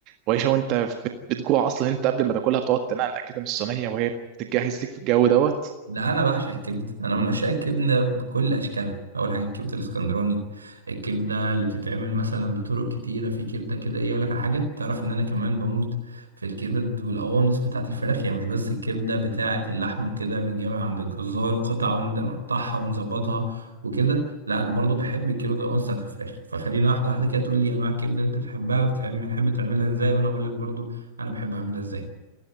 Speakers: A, on the right; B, on the right.
A: وعيشه وانت بت- بتجوع اصلا انت قبل ما تاكلها بتقعد تنقنق كده من الصينيه وهي بتتجهز ليك في الجو دوت
B: لا انا بعشق الكبد انا من عشاق الكبده بكل اشكالها اول حاجه الكبده الاسكندراني الكبده اللي بتتعمل مثلا بطرق كتيره في كبده كده ايه اقول لك على حاجه تعرف ان انا كمان بموت في الكبد والقوانص بتاعه الفراخ يعني مش بس الكبده بتاعه اللحمه وكده بنجيبها عند الجزار قطع ونبدا نقطعها ونظبطها وكده لا انا برضو بحب الكبده والقوانص بتاعه الفراخ فخلينا واحده واحده كده تقول لي انواع الكبده اللي انت بتحبها بتحب بتحب تعملها ازاي وانا اقول لك برضو انا بحب اعملها ازاي